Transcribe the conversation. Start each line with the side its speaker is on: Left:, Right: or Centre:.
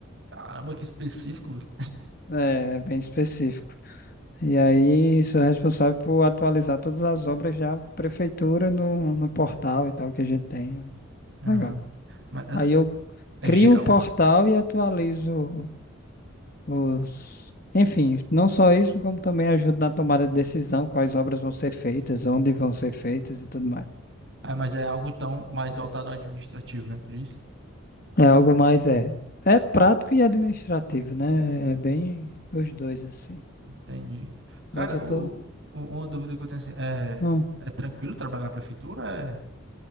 Right: Caramba, que específico, velho.
Left: É, bem específico. E aí, sou responsável por atualizar todas as obras da prefeitura no, no portal e tal que a gente tem.
Right: Aham.
Left: Legal.
Right: Mas
Left: Aí eu
Right: é
Left: crio
Right: é gel?
Left: o portal e atualizo os... Enfim, não só isso, como também ajuda na tomada de decisão, quais obras vão ser feitas, onde vão ser feitas e tudo mais.
Right: Ah, mas é algo então mais voltado ao administrativo, né? Tu disse?
Left: É algo mais, é, é prático e administrativo, né? É bem os dois, assim.
Right: Entendi. Cara,
Left: Mas eu
Right: o,
Left: tô...
Right: o- uma dúvida que eu tenho assim, é,
Left: hum,
Right: é tranquilo trabalhar na prefeitura? É,